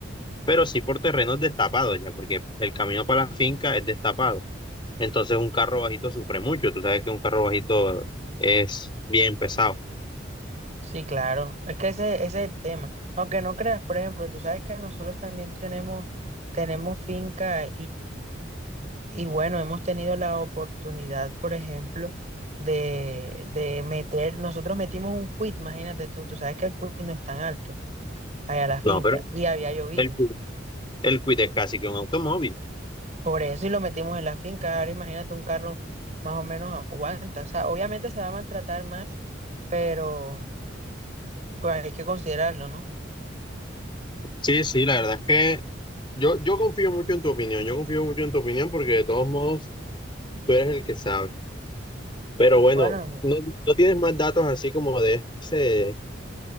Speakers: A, on the left; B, on the right.
A: pero sí por terrenos destapados ya, porque el camino para la finca es destapado. Entonces un carro bajito sufre mucho, tú sabes que un carro bajito es bien pesado.
B: Sí, claro, es que ese, ese es el tema. Aunque no creas, por ejemplo, tú sabes que nosotros también tenemos, tenemos finca Y bueno, hemos tenido la oportunidad, por ejemplo, de, de meter, nosotros metimos un quit, imagínate tú, tú sabes que el quit no es tan alto, allá a la
A: No,
B: finca,
A: pero
B: y había llovido.
A: el, Kwid- el Kwid es casi que un automóvil.
B: Por eso y lo metimos en la finca. Ahora imagínate un carro más o menos aguanta. O sea, obviamente se va a maltratar más, pero pues hay que considerarlo, ¿no?
A: Sí, sí, la verdad es que yo, yo confío mucho en tu opinión, yo confío mucho en tu opinión porque de todos modos tú eres el que sabe. Pero bueno,
B: Bueno,
A: no, no tienes más datos así como de ese,